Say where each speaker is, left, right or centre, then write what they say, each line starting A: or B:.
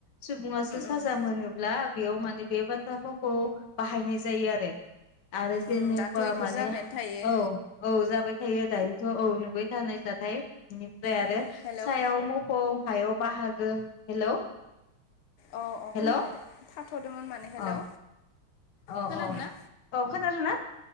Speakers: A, on the left; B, on the left.
A: सुबुंआसो साजा
B: उम
A: मोनोब्ला बेयाव माने बे बाथ्रा फावखौ बाहायनाय जायो आरो आरो जेनेबा
B: उम दाथ' इफोर
A: माने
B: जाबायानो
A: औ
B: थायो
A: औ जाबाय थायो दायोथ' औ नुबाय थानाय जाथाय बेनिफ्राय
B: उम
A: आरो
B: हेलौ
A: सायाव मोफौ हायाव बाहागो हेलौ
B: अ अ
A: हेलौ
B: खोनाबाय दे थाथ'दमोन माने हेलौ
A: अ अ
B: खोनादों
A: अ
B: ना
A: औ खोनादों ना